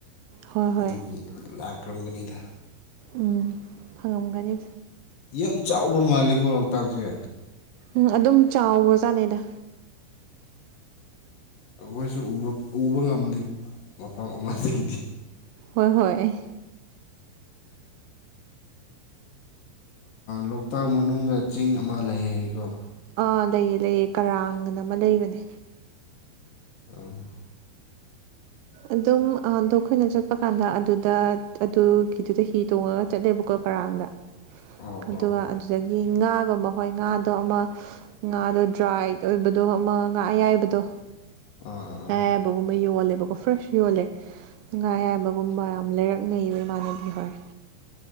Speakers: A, on the right; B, on the left.
A: ꯍꯣꯏ ꯍꯣꯏ
B: ꯑꯗꯨꯒꯤ ꯂꯥꯛꯔꯝꯒꯅꯤꯗ
A: ꯎꯝ ꯐꯪꯉꯝꯒꯅꯤ
B: ꯌꯥꯝ ꯆꯥꯎꯕ ꯃꯥꯜꯂꯤꯀꯣ ꯂꯣꯛꯇꯥꯛꯁꯦ
A: ꯎꯝ ꯑꯗꯨꯝ ꯆꯥꯎꯕꯖꯥꯠꯅꯤꯗ
B: ꯑꯩꯈꯣꯏꯁꯨ ꯎꯕ ꯎꯕꯉꯝꯗꯦ ꯃꯐꯝ ꯑꯃꯗꯒꯤꯗꯤ
A: ꯍꯣꯏ ꯍꯣꯏ
B: ꯂꯣꯛꯇꯥꯛ ꯃꯅꯨꯡꯗ ꯆꯤꯡ ꯑꯃ ꯂꯩꯌꯦ ꯍꯥꯏꯀꯣ
A: ꯑꯥ ꯂꯩꯌꯦ ꯂꯩꯌꯦ ꯀꯔꯥꯡꯅ ꯑꯃ ꯂꯩꯕꯅꯦ
B: ꯎꯝ
A: ꯑꯗꯨꯝ ꯑꯗꯣ ꯑꯩꯈꯣꯏꯅ ꯆꯠꯄ ꯀꯥꯟꯗ ꯑꯗꯨꯗ ꯑꯗꯨꯒꯤꯗꯨꯗ ꯍꯤ ꯇꯣꯡꯉꯒ ꯆꯠꯂꯦꯕꯀꯣ ꯀꯔꯥꯡꯗ
B: ꯑꯣ ꯍꯣ
A: ꯑꯗꯨꯒ ꯑꯗꯨꯗꯒꯤ ꯉꯥꯒꯨꯝꯕ ꯍꯣꯏ ꯉꯥꯗꯣ ꯑꯃ ꯉꯥꯗꯣ ꯗ꯭ꯔꯥꯏꯠ ꯑꯣꯏꯕꯗꯣ ꯑꯃ ꯉꯥ ꯑꯌꯥꯏꯕꯗꯣ
B: ꯑꯥ
A: ꯑꯌꯥꯏꯕꯒꯨꯝꯕ
B: ꯑꯥ ꯑꯥ
A: ꯌꯣꯜꯂꯦꯕ ꯑꯣ ꯐ꯭ꯔꯦꯁ ꯌꯣꯜꯂꯦ ꯉꯥ ꯑꯌꯥꯏꯕꯒꯨꯝꯕ ꯌꯥꯝ ꯂꯩꯔꯛꯅꯩꯕ ꯏꯃꯥꯟꯅꯕꯤ ꯍꯣꯏ